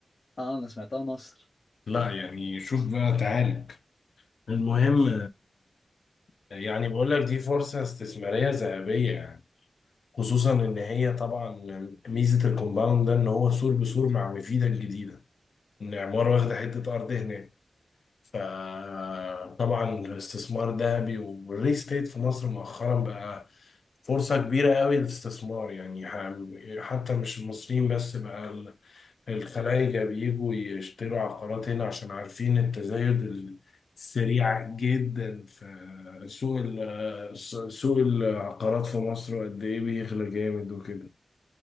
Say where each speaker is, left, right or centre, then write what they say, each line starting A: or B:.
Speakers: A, on the left; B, on the left.
A: اه انا سمعتها نصر
B: لا يعني شوف بقى تعالج المهم يعني بقول لك دي فرصة استثمارية ذهبية يعني خصوصا ان هي طبعا ميزة الكومباوند ده ان هو سور بسور مع مفيدة الجديدة ان عمارة واخدة حتة ارض هناك فطبعا الاستثمار ذهبي والريل استيت في مصر مؤخرا بقى فرصة كبيرة قوي للاستثمار يعني ح- حتى مش المصريين بس بقى الخلايجة بيجوا يشتروا عقارات هنا عشان عارفين التزايد السريع جدا في سوق ال- سوق العقارات في مصر وقد إيه بيغلى جامد وكده